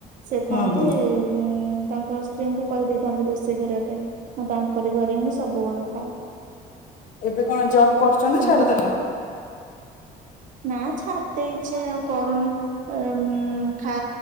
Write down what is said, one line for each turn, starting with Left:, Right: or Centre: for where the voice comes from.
Right: ସେ କୁହନ୍ତି
Left: ହୁଁ ହୁଁ
Right: ଉଁ ତାଙ୍କ ସ୍ତ୍ ସ୍ତ୍ରୀଙ୍କୁ କହିଦେଇଥାନ୍ତି ରୋଷେଇ କରିବା ପାଇଁ ମୁଁ ତାଙ୍କରି ଘରେ ହିଁ ସବୁବେଳେ ଖାଏ।
Left: ଏବେ କଣ ଜବ୍ କରୁଛ ନା
Right: ତାଙ୍କ
Left: ଛାଡିଦେଲ?
Right: ଘରେ ନା ଛାଡି ଦେଇଚି ଆଉ କରୁନି। ଅ ଉଁ ଖା